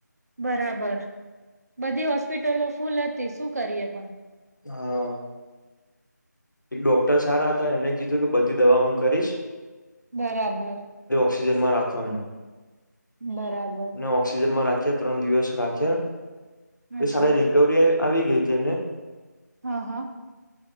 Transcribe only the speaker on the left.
હા. એક ડોક્ટર સારા હતા એમને કીધું કે બધી દવા હું કરીશ.
ઓક્સજનમાં રાખવા
ને ઓક્સિજનમાં રાખ ત્રણ દિવસ રાખ્યા
સારા રિકવરી આવી ગઈ છે તેને